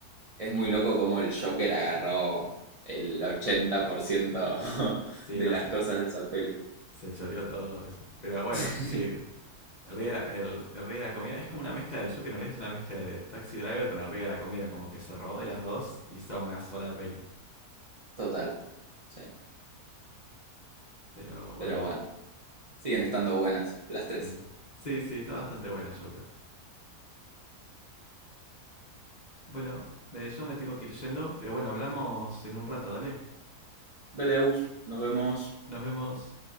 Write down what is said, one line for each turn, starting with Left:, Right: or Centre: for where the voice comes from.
Right: Es muy loco cómo el Joker agarró el 80% <laughs>
Left: Sí,
Right: de
Left: no,
Right: las
Left: se,
Right: cosas de esa peli.
Left: se choreó todo eso. Pero bueno,
Right: <laughs>
Left: sí, el rey, de la, el, el rey de la comedia es como una mezcla del Joker, en realidad es una mezcla de Taxi Driver con el rey de la comedia, como que se robó de las dos y hizo una sola peli.
Right: Total. sí.
Left: Pero bueno,
Right: Pero bueno, siguen estando buenas las tres.
Left: sí. Sí, sí, está bastante buena Joker. Bueno, eh, yo me tengo que ir yendo, pero bueno, hablamos en un rato, dale.
Right: Dale, Agus. Nos vemos.
Left: Nos vemos.